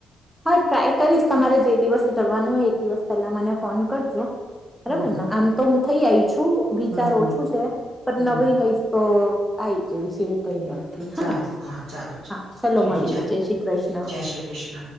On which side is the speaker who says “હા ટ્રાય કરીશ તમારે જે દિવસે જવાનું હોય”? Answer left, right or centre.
Centre